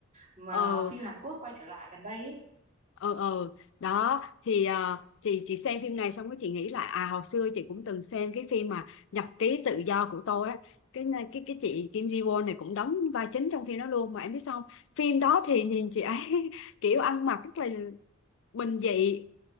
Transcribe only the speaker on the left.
ừ
ừ ừ đó thì ờ, chị chị xem phim này xong cái chị nghĩ lại à hồi xưa chị cũng từng xem cái phim mà nhật ký tự do của tôi á cái này- cái cái chị Kim Ji Won này cũng đóng vai chính trong phim đó luôn mà em biết sao không? phim đó thì nhìn chị ấy <laughs> kiểu ăn mặc rất là bình dị